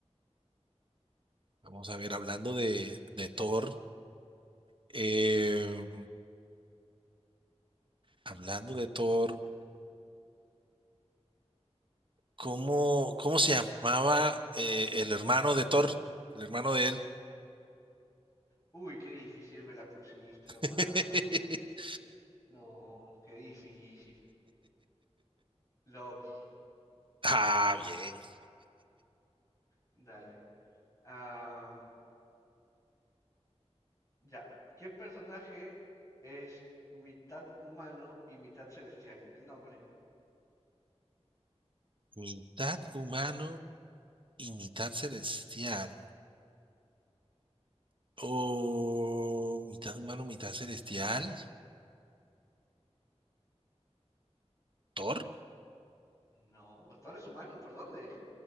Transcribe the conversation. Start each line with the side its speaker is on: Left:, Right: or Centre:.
Right: Vamos a ver, hablando de, de Thor, eh, hablando de Thor, ¿cómo, cómo se llamaba eh, el hermano de Thor? El hermano de él.
Left: Uy, qué difícil me la pusiste, hermano.
Right: <laughs>
Left: No, qué difícil. Loki,
Right: Ah, bien.
Left: dale. Ah, ya. ¿Qué personaje es mitad humano y mitad celestial? El nombre.
Right: Mitad humano y mitad celestial. O mitad humano, mitad celestial. ¿Thor?
Left: No, ¿Thor es humano? ¿Por dónde?